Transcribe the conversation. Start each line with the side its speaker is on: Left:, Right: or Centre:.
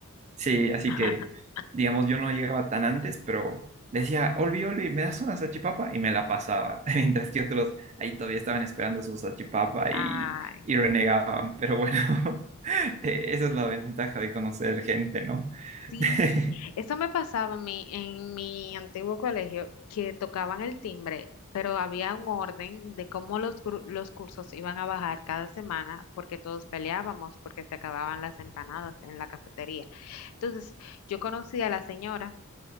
Right: Sí, así
Left: <laughs>
Right: que, digamos, yo no llegaba tan antes, pero decía, Olvi, Olvi, ¿me das una salchipapa? Y me la pasaba, <laughs> mientras que otros ahí todavía estaban esperando su salchipapa y,
Left: Ay.
Right: y renegaban. Pero bueno, <laughs> eh, esa es la ventaja de conocer gente, ¿no?
Left: Sí,
Right: <laughs>
Left: eso me pasaba a mí en mi antiguo colegio, que tocaban el timbre, pero había un orden de cómo los, cur- los cursos iban a bajar cada semana, porque todos peleábamos, porque se acababan las empanadas en la cafetería. Entonces, yo conocí a la señora